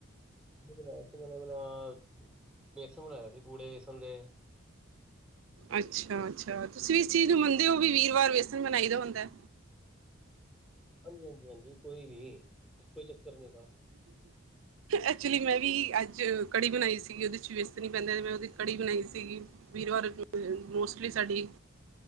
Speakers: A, in the centre; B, on the right.
A: ਕੀ ਬਨਾਏਆ ਸੀ ਐਨਾਂ ਨੇ ਅਪਨਾ, ਬੇਸਣ ਬਣਾਆ ਸੀ ਪੂੜੇ ਵੇਸਨ ਦੇ
B: ਅੱਛਾ, ਅੱਛਾ ਤੁਸੀਂ ਵੀ ਇਸ ਚੀਜ ਨੂੰ ਮੰਨਦੇ ਓ ਕੀ, ਵੀਰਵਾਰ ਵੇਸਨ ਬਨਾਈ ਦਾ ਹੁੰਦੈ?
A: ਹਾਂਜੀ, ਹਾਂਜੀ, ਹਾਂਜੀ ਕੋਈ ਵੀ ਕੋਈ ਚੱਕਰ ਨਈ ਹੈਗਾ।
B: ਐਚੁਲੀ
A: ਹਾਂਜੀ
B: ਮੈਂ ਵੀ ਆੱਜ ਕੜੀ ਬਨਾਈ ਸੀਗੀ ਓਦੇ ਚ ਵ ਵੇਸਨ ਈ ਪੈਂਦੈ, ਮੈਂ ਓਦੀ ਕੜੀ ਬਨਾਈ ਸੀਗੀ ਵੀਰਵਾਰ ਅ ਸਾਡੀ,